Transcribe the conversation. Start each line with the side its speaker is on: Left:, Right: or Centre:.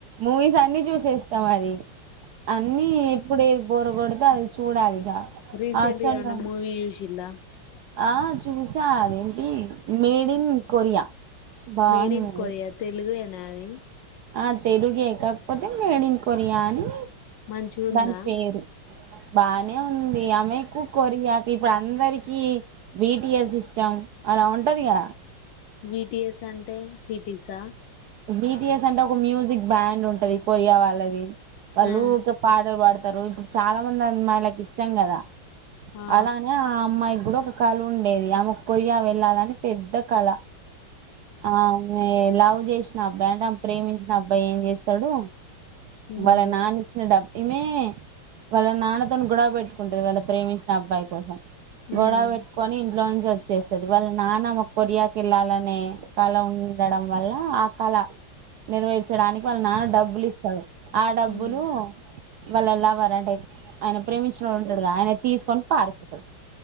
Right: మూవీస్ అన్ని చూసేస్తాం మరి అన్నీ ఇప్పుడు ఏ బోరగొడతే అది చూడాలి ఇక
Left: రీసెంట్
Right: హాస్టల్లో
Left: గా ఏమన్నా మూవి చూసిండా
Right: ఆ చూసా ఆది ఏంటి మేడ్ ఇన్ కొరియా బాగుంది
Left: మేడ్ ఇన్
Right: మూవీ
Left: కొరియా తెలుగు ఎ నాది
Right: ఆ తెలుగు ఏ కాకపోతే మేడిన్ కొరియా అని
Left: మంచిగుందా
Right: దాని పేరు బానే ఉంది ఆమెకు కొరియాకి ఇప్పుడు అందరికీ బి టి ఎస్ ఇష్టం అలా ఉంటదిగా
Left: బి టి ఎస్ అంటే సిటీస్ తా
Right: బి టి ఎస్ అంటే ఒక మ్యూజిక్ బ్యాండ్ ఉంటది కొరియా వాళ్ళది వాళ్ళు
Left: ఆ
Right: ఊకె పాటలు పాడతారు చాలా మంది అమ్మాయిలకి ఇష్టం కదా
Left: ఆ
Right: అలానే ఆ అమ్మాయిక్ గుడా కలుండేది ఆమె కొరియా వెళ్ళాలని పెద్ద కళ ఆమె లవ్ జెష్ట్ నా <unintelligible> ప్రేమించిన అబ్బాయి ఏం జెత్ తడు
Left: ఉమ్
Right: వల్ల నాన ఇచ్చిన డబ్ ఈమె వల్ల నాన్న తోను గొడువ పెట్టుకుంటది వల్ల ప్రేమించిన అబ్బాయి కోసం గొడవ
Left: ఉమ్
Right: పెట్టుకొని ఇంట్లో నుంచి వచ్చేస్తాది నాన్న ఒక్ కొరియా కి వెళ్ళాలని నే వాళ్ల ఉండడం వల్ల కళ నెరవేర్చడానికి వల్ల నాన్న డబ్బులు ఇస్తాడు ఆ డబ్బులు
Left: ఉమ్
Right: వాళ్ళ లవర్ అంటే ఐపో ఆయన ప్రేమించినోడు ఉంటాడు గా ఆయన తీసుకొని పారిపోతాడు